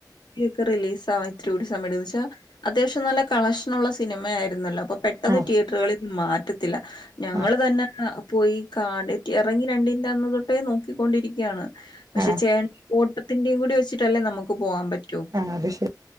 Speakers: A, on the left (about 85°); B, on the right (about 55°).
A: ഒക്കെ റിലീസ് ആവാൻ ഇത്തിരി കൂടി സമയംന്ന് വെച്ചാൽ അത്യാവശ്യം നല്ല കളക്ഷൻ ഉള്ള സിനിമയായിരുന്നല്ലോ അപ്പൊ പെട്ടെന്ന്
B: ആഹ്
A: തിയേറ്ററുകളിൽന്നും മാറ്റത്തില്ല ഞങ്ങള്
B: ആഹ്
A: തന്നെ പോയി കാ ഇറങ്ങി രണ്ടിൻന്റെറെ അന്ന തൊട്ടേ നോക്കിക്കൊണ്ടിരിക്കുകയാണ് പക്ഷെ
B: ആഹ്
A: ചേട്ട ത്തിന്റെയും കൂടി വെച്ചിട്ടല്ലേ നമുക്ക് പോവാാൻ പറ്റോ
B: ആഹ് അത് ശരി